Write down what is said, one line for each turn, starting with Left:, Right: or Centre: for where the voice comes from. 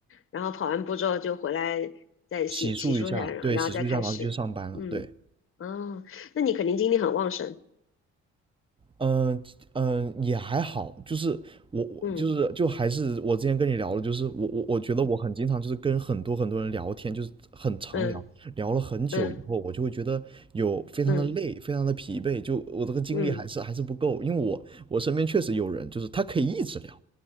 Left: 然后跑完步之后就回来再洗洗漱一下，
Right: 洗漱一下，
Left: 然后然后再开始。
Right: 对，洗漱一下，然后就去上班了。
Left: 嗯
Right: 对，
Left: 哦，那你肯定精力很旺盛。
Right: 嗯、嗯、也还好，就是我我就是就还是我之前跟你聊的，
Left: 嗯
Right: 就是我我我觉得我很经常就是跟很多很多人聊天，就是很常聊，
Left: 嗯
Right: 聊了很久以后，
Left: 嗯
Right: 我就会觉得有非常的累，
Left: 嗯
Right: 非常的疲惫，就我这个精力还是还是不够，
Left: 嗯，
Right: 因为我我身边确实有人就是他可以一直聊。